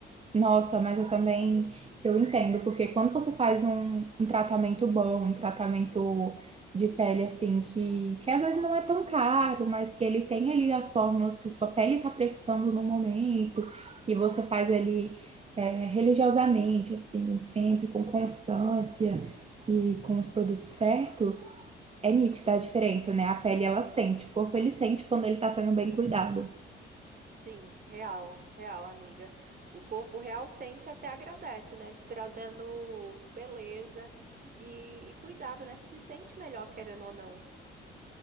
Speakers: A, on the right (about 30°); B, on the right (about 45°).
A: Nossa, mas eu também eu entendo, porque quando você faz um, um tratamento bom, um tratamento de pele assim, que, que às vezes não é tão caro, mas que ele tem ali as fórmulas que sua pele está precisando no momento, e você faz ali é, religiosamente, assim, sempre com constância e com os produtos certos, é nítida a diferença, né? A pele ela sente, o corpo ele sente quando ele está sendo bem cuidado,
B: Sim, real, real, amiga. O corpo real sente e até agradece, né? Te trazendo beleza e, e cuidado, né? Você se sente melhor, querendo ou não.